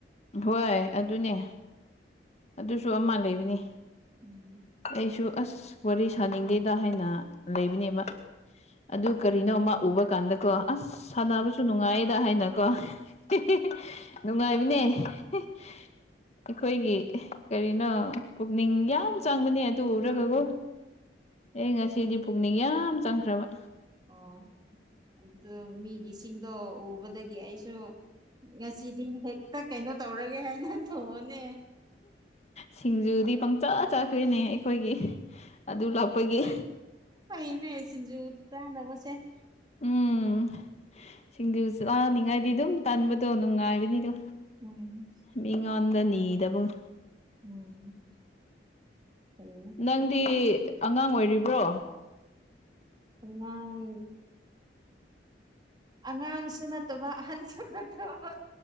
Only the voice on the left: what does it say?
ꯍꯣꯏ ꯑꯗꯨꯅꯦ ꯑꯗꯨꯁꯨ ꯑꯃ ꯂꯩꯕꯅꯤ
ꯑꯩꯁꯨ ꯑꯁ ꯋꯥꯔꯤ ꯁꯥꯅꯤꯡꯗꯦꯗ ꯍꯥꯏꯅ ꯂꯩꯕꯅꯦꯕ ꯑꯗꯨ ꯀꯔꯤꯅꯣ ꯑꯃ ꯎꯕ ꯀꯥꯟꯗꯀꯣ ꯑꯁ ꯁꯥꯟꯅꯕꯁꯨ ꯅꯨꯡꯉꯥꯏꯌꯦꯗ ꯍꯥꯏꯅꯀꯣ <unintelligible> ꯅꯨꯡꯉꯥꯏꯕꯅꯦ ꯑꯩꯈꯣꯏꯒꯤ ꯀꯔꯤꯅꯣ ꯄꯨꯛꯅꯤꯡ ꯌꯥꯝ ꯆꯪꯕꯅꯦ ꯑꯗꯨ ꯎꯔꯒꯀꯣ
ꯑꯩ ꯉꯁꯤꯗꯤ ꯄꯨꯛꯅꯤꯡ ꯌꯥꯝ ꯆꯪꯈ꯭ꯔꯕ
ꯁꯤꯡꯖꯨꯗꯤ ꯄꯪꯆꯥ ꯆꯥꯈ꯭ꯔꯦꯅꯦ ꯑꯩꯈꯣꯏꯒꯤ ꯑꯗꯨ ꯂꯥꯛꯄꯒꯤ
ꯎꯝ ꯁꯤꯡꯖꯨ ꯆꯥꯅꯤꯡꯉꯥꯏꯗꯤ ꯑꯗꯨꯝ ꯇꯟꯕꯗꯣ ꯅꯨꯡꯉꯥꯏꯕꯅꯤꯗꯨ
ꯃꯤꯉꯣꯟꯗ ꯅꯤꯗꯕꯒ
ꯅꯪꯗꯤ ꯑꯉꯥꯡ ꯑꯣꯏꯔꯤꯕ꯭ꯔꯣ